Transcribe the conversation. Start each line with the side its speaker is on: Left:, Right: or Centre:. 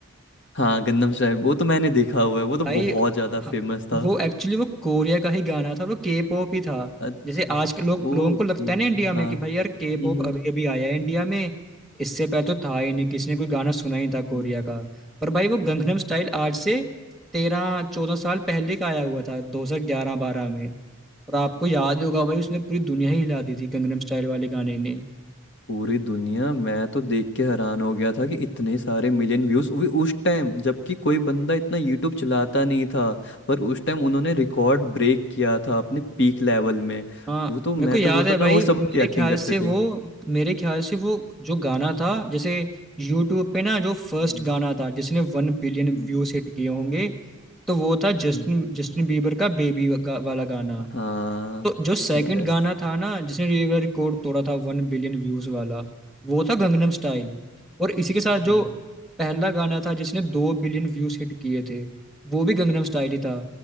Left: हाँ गंदम साहब वो तो मैंने देखा हुआ है वो तो
Centre: भाई
Left: बहुत ज्यादा
Centre: हाँ,
Left: फेमस
Centre: वो
Left: था
Centre: एक्चुअली वो कोरिया का ही गाना था वो के पॉप ही था
Left: अच्छा
Centre: जैसे आज के लोग
Left: ओके
Centre: लोगों को लगता है ना इंडिया में
Left: हाँ
Centre: कि भाई यार के
Left: हम्म
Centre: पॉप अभी अभी आया है इंडिया में इससे पहले तो था ही नहीं किसी ने कोई गाना सुना ही नहीं था कोरिया
Left: हम्म।
Centre: का पर भाई वो गंगनम स्टाइल आज से तेरह चौदह साल पहले का आया हुआ था दो हजार ग्यारह बारह में और आपको याद होगा भाई उसने पूरी दुनिया ही हिला दी थी गंगनम स्टाइल वाले गाने ने।
Left: पूरी दुनिया मैं तो देख के हैरान हो गया था कि इतने सारे मिलियन व्यूज भी उस टाइम जबकि कोई बंदा इतना यूट्यूब चलाता नहीं था पर उस टाइम उन्होंने रिकॉर्ड ब्रेक किया था अपने पीक लेवल में
Centre: हाँ
Left: वो तो मैं
Centre: मेरे को याद
Left: तो बोलता
Centre: है
Left: हूँ
Centre: भाई
Left: ना हो सब
Centre: मेरे
Left: की एक्टिंग
Centre: ख्याल
Left: करते
Centre: से वो
Left: थे
Centre: मेरे ख्याल से वो जो गाना था जैसे यूट्यूब पे ना जो फर्स्ट
Left: हम्म,
Centre: गाना था जिसने वन बिलियन
Left: हम्म,
Centre: व्यूज हिट किए होंगे तो वो था जस्टिन
Left: हम्म,
Centre: जस्टिन बीबर का बेबी वाला गाना
Left: हाँ
Centre: तो जो सेकंड
Left: यस
Centre: गाना था ना जिसने ये रिकॉर्ड तोड़ा था वन बिलियन व्यूज वाला वो था गंगनम स्टाइल और इसी के साथ
Left: हाँ
Centre: जो पहला गाना था जिसने दो बिलियन व्यूज हिट किए थे
Left: हम्म,
Centre: वो भी गंगनम स्टाइल ही था